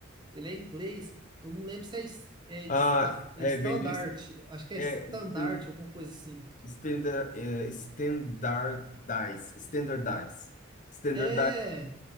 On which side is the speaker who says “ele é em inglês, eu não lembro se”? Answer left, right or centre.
Right